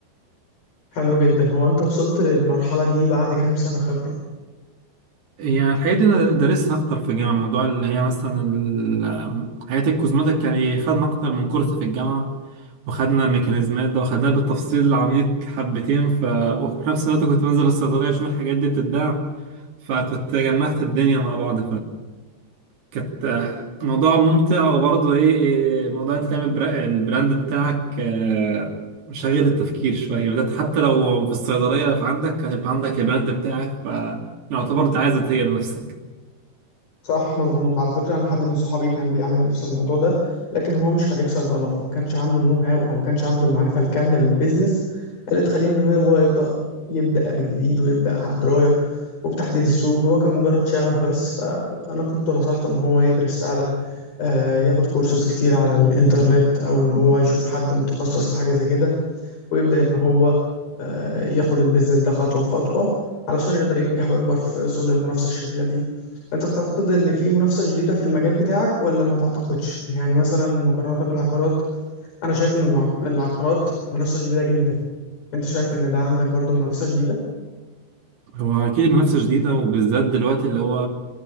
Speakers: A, on the left; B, on the right.
A: حلو جدا هو انت وصلت للمرحلة دي بعد كام سنة خبرة
B: يعني الحاجات دي انا دارسها اكتر في الجامعه الموضوع اللي هي مثلا ال- حاجات الكوزماتيك يعني خدنا اكتر من كورس في الجامعه وخدنا الميكانيزمات ده وخدناها بالتفصيل العميق حبتين ف وفي نفس الوقت كنت بنزل الصيدليه اشوف الحاجات دي بتتباع فكنت جمعت الدنيا مع بعض كانت آه، موضوع ممتع وبرضه ايه إيه، موضوع انت تعمل برا- البراند بتاعك آه، شغل التفكير شوية بدأت حتى لو في الصيدلية فعندك هتبقى عندك البراند بتاعك فيعتبر انت عايز تغير لنفسك
A: صح مظبوط على فكرة انا حد من صحابي كان بيعمل نفس الموضوع ده لكن هو مش خريج صيدلة فما كانش عنده النو هاو او ما كانش عنده المعرفة الكاملة بالبيزنس اللي تخليه ان هو يبدأ يبدأ من جديد ويبدأ على دراية وبتحديد السوق هو كان مجرد شغف بس فانا كنت نصحته ان هو يدرس فعلا آه، ياخد كورسات كتير على الانترنت او ان هو يشوف حد متخصص في حاجة زي كده ويبدأ إن هو آه، ياخد البيزنس ده خطوة بخطوة علشان يقدر ينجح ويكبر في ظل المنافسة الشديدة دي أنت تعتقد إن في منافسة شديدة في المجال بتاعك ولا ما تعتقدش؟ يعني مثلا مقارنة بالعقارات أنا شايف إن المع- العقارات منافسة شديدة جدا أنت شايف إن ده عندك برضو منافسة شديدة؟
B: هو أكيد المنافسة شديدة وبالذات دلوقتي اللي هو